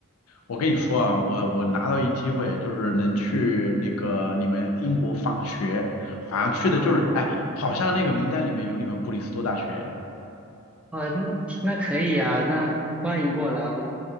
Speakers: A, on the left; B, in the centre.
A: 我跟你说啊，我我拿到一机会，
B: 啊
A: 就是能去那个你们英国访学，好像去的就是，
B: 啊
A: 哎，好像那个名单里面有你们布里斯托大学，
B: 啊！嗯那可以呀，那欢迎过来，我